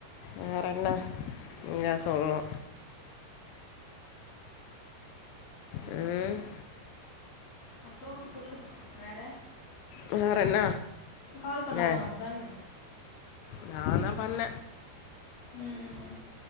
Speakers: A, on the left; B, on the left.
A: வேற என்ன நீதா சொல்ணு ம்
B: அப்றொ சொல்லு வேற
A: வேரன்ன
B: கால் பண்ணாரா
A: அ
B: உ ஹஸ்பண்ட்
A: நா தா பண்ண
B: ம்